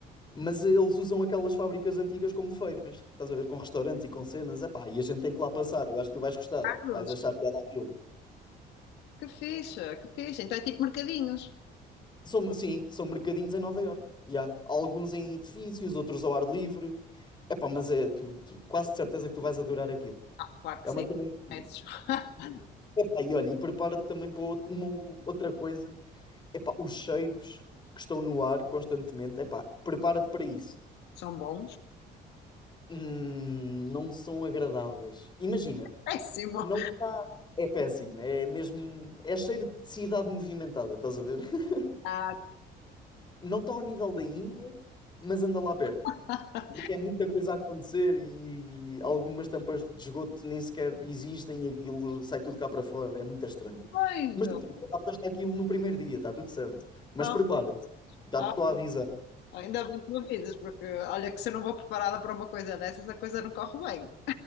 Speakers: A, on the left; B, on the left.
A: mas eh, eles usam aquelas fábricas antigas como feiras. Estás a ver, com restaurantes e com cenas, é pá, e a gente tem que lá passar. Eu acho que tu vais gostar,
B: Carlos,
A: vais achar piada aquilo.
B: que fixe, que fixe. Então é tipo mercadinhos.
A: São, sim, são mercadinhos em Nova Iorque. E há alguns em edifícios, outros ao ar livre. Epá, mas é tu, tu- quase de certeza que tu vais adorar aquilo.
B: Ah, claro que
A: É
B: sim.
A: uma cena muito bonita.
B: Esses <laughs>
A: Epá, e olha, e prepara-te também para outra- uma ou- outra coisa. Epá, os cheiros que estão no ar constantemente. Epá, prepara-te para isso.
B: são bons.
A: Hum, não são agradáveis. Imagina,
B: Péssimo.
A: não é péssimo. É mesmo. É cheiro de cidade movimentada, estás a ver? <laughs>
B: Ah,
A: Não está ao nível da Índia, mas anda lá perto.
B: tá.
A: Porque é muita coisa a acontecer e algumas tampas de esgoto nem sequer existem e aquilo sai tudo cá para fora, é muito estranho.
B: Beijo.
A: Mas tu também adaptaste aquilo no primeiro dia, está tudo certo. Mas
B: Ah,
A: prepara-te, já
B: ah,
A: te estou a avisar.
B: ainda bem que me avisas, porque olha que se eu não vou preparada para uma coisa dessas, a coisa não corre bem.